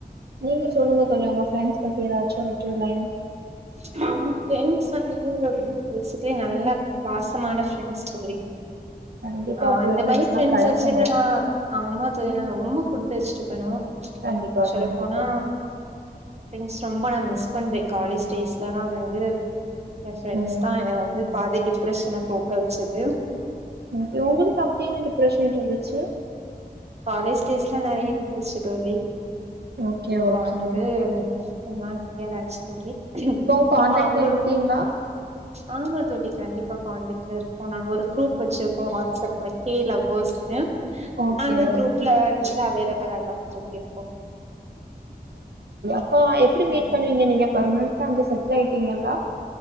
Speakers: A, on the right (about 80°); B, on the right (about 40°).
A: நீங்க சொல்லுங்க தோழி உங்க ஃப்ரெண்ட்ஸ் பத்தி எதாச்சு ஒரு டூ லைன்
B: <unintelligible> சொல்லுது பேசிக்கலி நல்லா பாசமான ஃப்ரெண்ட்ஸ் தோழி
A: கண்டிப்பா
B: ஆ
A: அப்டி
B: இந்த
A: ஒரு ஃப்ரெண்ட்ஸ்லா
B: மாரி ஃப்ரெண்ட்ஸ்சஸ்
A: கெடைக்கணு
B: வெச்சுக்கனா ஆமா தோழி நா ரொ ரொம்போ குடுத்து வெச்சுருக்கணு
A: கண்டிப்பா
B: சேரி
A: கண்டிப்பா
B: போனா ஃப்ரெண்ட்ஸ் ரொம்ப நா மிஸ் பண்றே காலேஜ் ஸ்டேஸ்லல்லா வந்து எ ஃப்ரெண்ட்ஸ்தா
A: ம்
B: எனக்கு வந்து பாதேடிப் பிரஷன போக்க வெச்சது
A: ஓகே உங்களுக்கு அப்டி என்ன டிப்ரெஷன்ட்டு இருந்துச்சு
B: காலேஜ் டேஸ்ல நறையா இருந்துருச்சு தோழி
A: ஓகே
B: இப்போ
A: ஓகே
B: வந்து ம் என் வாங்கெராச்சு தோழி
A: இப்பவு கான்டேக்ட்ல
B: இப்ப அவங்களு
A: இருக்கீங்களா
B: ஆமா தோழி கண்டிப்பா கான்டேக்ட்ல இருக்கோ நாங்க ஒரு குரூப் வெச்சுருக்கோ வாட்ஸ் அப்ல கே லவ்வோஸ்ன்னு
A: ஓகே
B: அந்த குரூப்ல
A: ஓகே
B: வந்து அவைலப் லதா இருக்குறம் தோழி இருக்கோ
A: இப்போ எப்புடி மீட்
B: ம்
A: பண்ணுவீங்க நீங்க பர்மனென்டா அங்கேயே செட் செட்லாயிடீங்களா